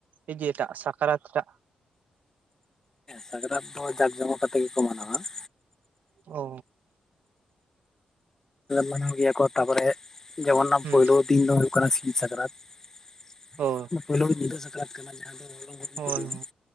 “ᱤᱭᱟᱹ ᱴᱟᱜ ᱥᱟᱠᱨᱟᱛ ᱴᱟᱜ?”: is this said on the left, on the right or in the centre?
Right